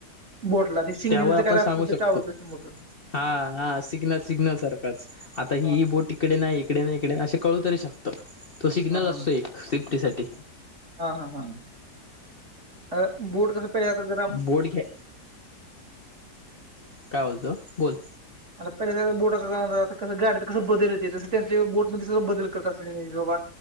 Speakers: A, on the right; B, on the left.
A: बोटला ते सिग्नलचं
B: त्यावर आपण
A: काय असतं
B: सांगू
A: ते
B: शकतो
A: टावर तसं मोठं
B: हा हा सिग्नल सिग्नल सारख आता ही
A: हा हा
B: बोट इकडे नाही इकडे नाही इकडे असे कळू तरी शकत तो सिग्नल
A: हा
B: असतो एक सेफ्टी साठी
A: हा हा हा बूट कसं पहिात जरा
B: बोर्ड घ्या काय बोलतो बोल
A: आणिता पहिल्या बोटाचाता कसं गाड तर कसं बदल येते तसं त्यांच्या बोटमध्ये तस बदल करत असले बाबा